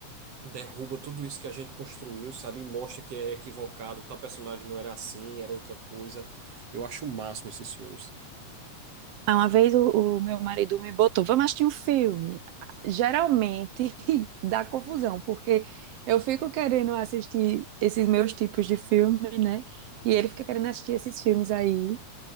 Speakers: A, on the right (about 55°); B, on the right (about 75°).
A: derruba tudo isso que a gente construiu, sabe? E mostra que é equivocado, tal personagem não era assim, era outra coisa. Eu acho o máximo esses filmes.
B: Ah, Uma vez o, o meu marido me botou, vamos assistir um filme. Geralmente <laughs> dá confusão, porque eu fico querendo assistir esses meus tipos de filme, né? E ele fica querendo assistir esses filmes aí,